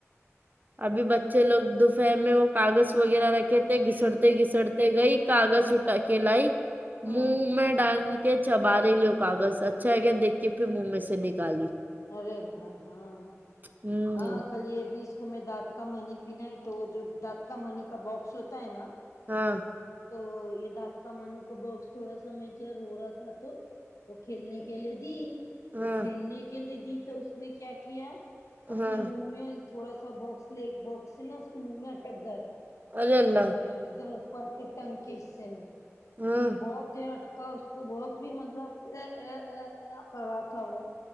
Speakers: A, on the right; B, on the left.
A: ابھی بچے لوگ دوفہر میں وہ کاغذ وغیرہ رکھے تھے گھسڑتے گھسڑتے گئی کاغذ اٹا کے لائی
B: ہاں
A: موہ میں ڈال کے چبا رہی لوں کاغذ اچھا ہے کیا دیکھ کے پھر منہ میں سے نکالی
B: ارے اللہ ہاں
A: ہوں
B: ہاں کل یہ بی اس کو میں ڈ کا منی پناہے تو وہ جو دات کا منی کا باکس ہوتا ہے نا
A: ہاں
B: تو یہ دانت کا مانی کا باکس تھوڑا سا میں کیا رو رہا تھا تو وہ کھیلنے کے لیے دی
A: ہاں
B: تو کھیلنے کے لیے دی تو اس نے کیا کیا اپنے
A: ہاں
B: منہ میں تھوڑا سا باکس ل باکس سے نا اس کے منہ میں اٹک گیا تھا
A: ارے اللہ
B: اس کے ایک دم اوپر کے ٹنگ کے حصے میں
A: ہاں
B: پھر بہت دیر اٹک کا اس کو بہت بھی مطلب ای ا ا ا کر رہا تھا وہ